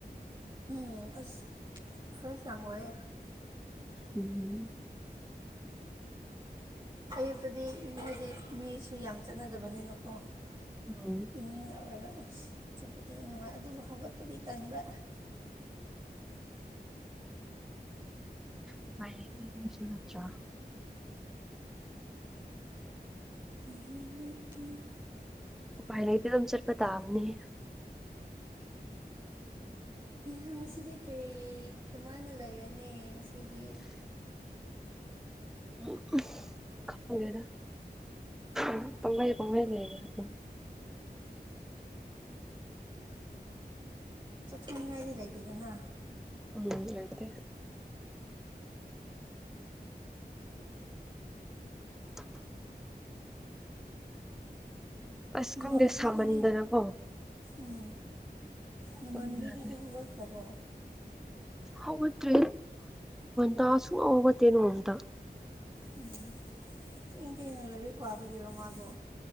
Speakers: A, on the right (about 25°); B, in the centre.
A: ꯎꯝ ꯑꯁ ꯐ꯭ꯔꯦꯁ ꯌꯥꯝ ꯑꯣꯏꯌꯦ꯫
B: ꯎꯝ
A: ꯑꯌꯨꯛꯇꯗꯤ ꯅꯣꯏꯗꯤ ꯃꯤꯁꯨ ꯌꯥꯝ ꯆꯠꯅꯗꯕꯅꯤꯅꯀꯣ
B: ꯎꯝ
A: ꯏꯪꯢꯪ ꯂꯥꯎꯔꯒ ꯑ ꯆꯣꯠꯄꯗꯤ ꯅꯨꯡꯉꯥꯏ ꯑꯗꯨꯕꯨ ꯍꯧꯒꯠꯄꯗꯤ ꯇꯟꯕ
B: ꯎꯄꯥꯏ ꯂꯩꯇꯦ ꯑꯗꯨꯁꯨ ꯅꯠꯇ꯭ꯔꯥ
A: ꯁꯤꯟꯅꯀꯤ꯫ <inaudible>
B: ꯎꯄꯥꯢ ꯂꯩꯇꯦ ꯑꯗꯨꯝ ꯆꯠꯄ ꯇꯥꯕꯅꯦ
A: ꯅꯪ ꯉꯁꯤꯗꯤ ꯀꯔꯤ ꯀꯃꯥꯏꯅ ꯂꯩꯔꯅꯤ ꯉꯁꯤꯗꯤ
B: ꯎꯝ ꯈꯪꯗꯦꯗ ꯎꯝ ꯄꯪꯂꯩ ꯄꯪꯂꯩ ꯂꯩ ꯑꯗꯨꯝ
A: ꯆꯠꯊꯅꯤꯡꯉꯥꯏꯗꯤ ꯂꯩꯇꯦꯗꯅ
B: ꯎꯝ ꯂꯩꯇꯦ ꯇꯞ <inaudible> ꯑꯁ
A: ꯏꯃꯥꯟꯅꯕꯤꯗꯨꯗꯤ
B: ꯈꯪꯗꯦ ꯁꯥꯃꯟꯗꯅꯀꯣ
A: ꯎꯝ ꯅꯃꯥꯟꯅꯕꯤꯗꯨꯗꯤ
B: ꯇꯨꯝꯕ ꯌꯥꯗꯦ
A: ꯍꯧꯒꯠꯈ꯭ꯔꯕꯣ
B: ꯍꯧꯒꯠꯇ꯭ꯔꯤ ꯃꯥꯜꯁꯨ <inaudible> ꯍꯇꯦꯅꯣ ꯑꯇ
A: ꯎꯝ ꯊꯦꯡ ꯊꯦꯡꯅ ꯂꯥꯏꯔꯤꯛ ꯄꯥꯕꯒꯤꯔꯣ ꯃꯥꯗꯣ